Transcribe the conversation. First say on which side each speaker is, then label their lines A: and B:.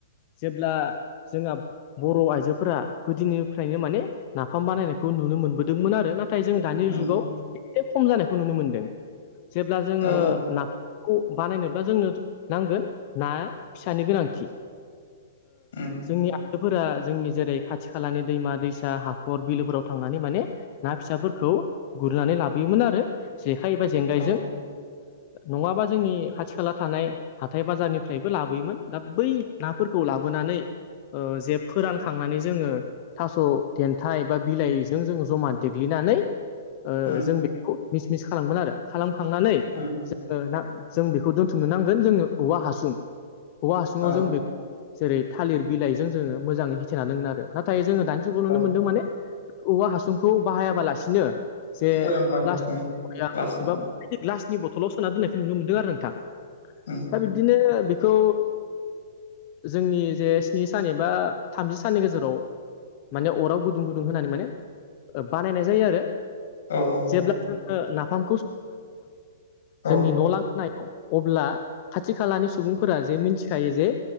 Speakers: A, on the left; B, on the left.
A: जेब्ला जोंहा बर' आइजोफोरा गोदोनिफ्रायनो माने नाफाम बानायनायखौ नुनो मोनबोदोंमोन आरो नाथाय जों दानि
B: उम
A: जुगाव एसे खम जानायखौ नुनो मोनदों जेब्ला जोङो
B: औ
A: नाफाम खौ बानायनोब्ला जोंनो नांगोन नाया फिसानि गोनांथि
B: उम
A: जोंनिया फफोरा जोंनि जेरै खाथि खालानि दैमा दैसा हाखर बिलोफोराव थांनानै माने ना फिसाफोरखौ खौ गुरनानै लाबोयोमोन आरो जेखाइ एबा जेंगायजों
B: औ
A: नङाबा जोंनि खाथि खाला थानाय हाथाय बाजारनिफ्रायबो लाबोयोमोन दा बै नाफोरखौ लाबोनानै ओ जे फोरानखांनानै जोङो थास' देन्थाइ बा बिलाइजों जों जमा देग्लिनानै ओ
B: उम
A: जों बेखौ मिस - मिस खालामगोन आरो खालामखांनानै
B: उम
A: जोङो ना जों बेखौ दोनथुमनो नांगोन जोंनो औवा हासुं औवा हासुङाव
B: औ
A: जों बे जेरै थालिर बिलाइजों जोङो मोजाङै हेथेनानैांगोन आरो नाथाय जोङो दानि जुगाव नुनो
B: औ
A: मोन्दों माने औवा हासुंखौ बाहायाबालासिनो जे
B: बयाम बायनांसिगोन
A: प्लास्टिक बयाम
B: क्लासनि
A: एबा आदि ग्लासनि बथलाव सोना दोननायखौुनो मोनदों आरो नोंथां
B: उम
A: दा बिदिनो बेखौ जोंनि जे स्नि सान एबा थामजि साननि गेजेराव माने अराव गुदुं गुदुं होनानै माने बानायनाय जायो आरो
B: औ औ।
A: नों जोंनि
B: औ
A: ल नाय अब्ला खाथि खालानि सुबुंफोरा जे मिथिखायो जे